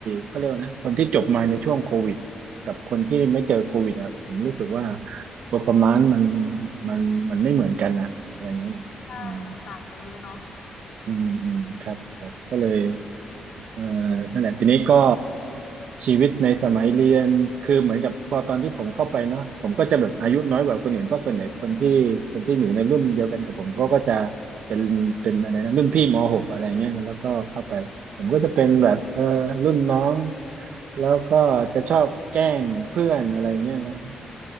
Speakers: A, on the right (about 55°); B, on the left (about 55°).
A: เขาเรียกว่านะคนที่จบมาในช่วงโควิดกับคนที่ไม่เจอโควิดอะผมรู้สึกว่า performance มันมันมันไม่เหมือนกันอะอะไรเงี้ยอืม
B: ใช่ มันต่างกันเยอะเนาะ
A: อืมอืมครับครับก็เลยเอ่อนั่นแหละทีนี้ก็ชีวิตในสมัยเรียนคือเหมือนกับพอตอนที่ผมเข้าไปเนาะผมก็จะแบบอายุน้อยกว่าคนอื่นเพราะส่วนใหญ่คนที่คนที่อยู่ในรุ่นเดียวกันกับผมเขาก็จะเป็นเป็นอะไรนะรุ่นพี่มหกอะไรเงี้ยแล้วก็เข้าไปผมก็จะเป็นแบบเออรุ่นน้อง
B: อ๋
A: แล้วก็จะชอบแกล้งเพื่อนอะไรเงี้ยนะ